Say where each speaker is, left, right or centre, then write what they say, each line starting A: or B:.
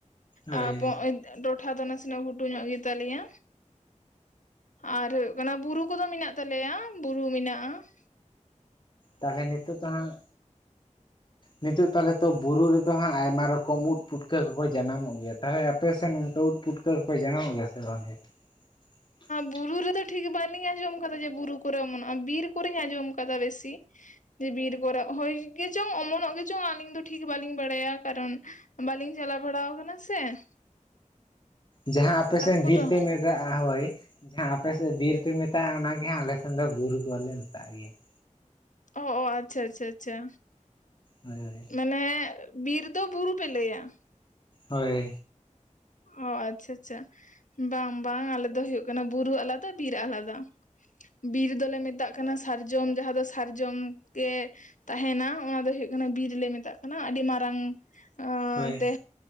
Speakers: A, on the left; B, on the left.
A: ᱦᱳᱭ
B: ᱟᱨ ᱴᱚᱴᱷᱟ ᱫᱚ ᱱᱟᱥᱮ ᱱᱟᱜ ᱜᱷᱩᱴᱩ ᱧᱚᱜ ᱜᱮ ᱛᱟᱞᱮᱭᱟ ᱾ ᱟᱨ ᱦᱩᱭᱩᱜ ᱠᱟᱱᱟ ᱵᱩᱨᱩ ᱠᱚᱫᱚ ᱢᱮᱱᱟᱜ ᱛᱟᱞᱮᱭᱟ ᱵᱩᱨᱩ ᱢᱮᱱᱟᱜᱼᱟ ᱾
A: ᱛᱟᱦᱞᱮ ᱱᱤᱛᱚᱜ ᱫᱚ ᱦᱟᱸᱜᱼᱼ ᱱᱤᱛᱳᱜ ᱛᱟᱦᱟᱞᱮ ᱛᱚ ᱵᱩᱨᱩ ᱨᱮᱫᱚ ᱦᱟᱸᱜ ᱟᱭᱢᱟ ᱨᱚᱠᱚᱢ ᱩᱫ ᱯᱩᱴᱠᱟᱹ ᱠᱚᱠᱚ ᱡᱟᱱᱟᱢᱚᱜ ᱜᱮᱭᱟ ᱾ ᱛᱟᱦᱚᱞᱮ ᱟᱯᱮᱥᱮᱱ ᱚᱱᱠᱟ ᱩᱫ ᱯᱩᱴᱠᱟᱹ ᱠᱚᱠᱚ ᱡᱟᱱᱟᱢᱚᱜ ᱜᱮᱭᱟ ᱥᱮ ᱵᱟᱝᱜᱮ? <inaudible>
B: ᱵᱩᱨᱩ ᱨᱮᱫᱚ ᱴᱷᱤᱠ ᱵᱟᱞᱤᱧ ᱟᱸᱡᱚᱢ ᱠᱟᱫᱟ ᱡᱮ ᱵᱩᱨᱩ ᱠᱚᱨᱮ ᱚᱢᱚᱱᱚᱜᱼᱟ ᱵᱤᱨ ᱠᱚᱨᱮᱧ ᱟᱸᱡᱚᱢ ᱠᱟᱫᱟ ᱵᱮᱥᱤ ᱾ ᱡᱮ ᱵᱤᱨ ᱠᱚᱨᱮᱜ, ᱦᱳᱭ ᱜᱮᱪᱚᱝ ᱚᱢᱚᱱᱚᱜ ᱜᱮᱪᱚᱝ ᱟᱹᱞᱤᱧ ᱫᱚ ᱴᱷᱤᱠ ᱵᱟᱹᱞᱤᱧ ᱵᱟᱲᱟᱭᱟ ᱠᱟᱨᱚᱱᱼᱼ ᱵᱟᱹᱞᱤᱧ ᱪᱟᱞᱟᱣ ᱵᱟᱲᱟ ᱟᱠᱟᱱᱟ ᱥᱮ ᱾
A: ᱡᱟᱦᱟᱸ ᱟᱯᱮ ᱥᱮᱫ
B: ᱠᱚᱫᱚ
A: ᱵᱤᱨ ᱯᱮᱼᱼ ᱦᱳᱭ ᱡᱟᱦᱟᱸ ᱟᱯᱮ ᱥᱮᱫ ᱵᱤᱨ ᱯᱮ ᱢᱮᱛᱟᱜᱼᱟ ᱚᱱᱟᱜᱮ ᱦᱟᱸᱜ ᱟᱞᱮ ᱥᱮᱱ ᱫᱚ ᱵᱩᱨᱩ ᱠᱚ ᱦᱚᱹ ᱞᱮ ᱢᱮᱛᱟᱜ ᱜᱮᱭᱟ ᱾
B: ᱚ ᱚ ᱟᱪᱪᱷᱟ ᱟᱪᱪᱷᱟ ᱟᱪᱪᱷᱟ᱾
A: ᱦᱳᱭ
B: ᱢᱟᱱᱮᱼᱼ ᱵᱤᱨ ᱫᱚ ᱵᱩᱨᱩ ᱯᱮ ᱞᱮᱭᱟ ᱾
A: ᱦᱳᱭ ᱾
B: ᱚ ᱟᱪᱪᱷᱟ ᱟᱪᱪᱷᱟ ᱾ ᱵᱟᱝ ᱵᱟᱝ ᱟᱞᱮ ᱫᱚ ᱦᱩᱭᱩᱜ ᱠᱟᱱᱟ ᱵᱩᱨᱩ ᱟᱞᱟᱫᱟ ᱵᱤᱨ ᱟᱞᱟᱫᱟ ᱾ ᱵᱤᱨ ᱫᱚ ᱞᱮ ᱢᱮᱛᱟᱜ ᱠᱟᱱᱟ ᱥᱟᱨᱡᱚᱢ ᱡᱟᱦᱟᱸ ᱫᱚ ᱥᱟᱨᱡᱚᱢ ᱜᱮ ᱾ ᱛᱟᱦᱮ ᱱᱟ ᱚᱱᱟ ᱫᱚ ᱦᱩᱭᱩᱜ ᱠᱟᱱᱟ ᱵᱤᱨ ᱞᱮ ᱢᱮᱛᱟᱜ ᱠᱟᱱᱟ ᱟᱹᱰᱤ ᱢᱟᱨᱟᱝᱼᱼ ᱚᱱᱛᱮ
A: ᱦᱳᱭ